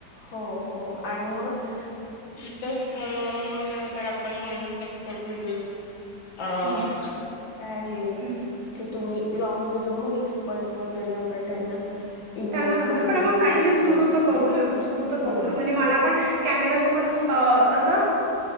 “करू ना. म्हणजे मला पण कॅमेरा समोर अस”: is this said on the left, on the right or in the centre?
Right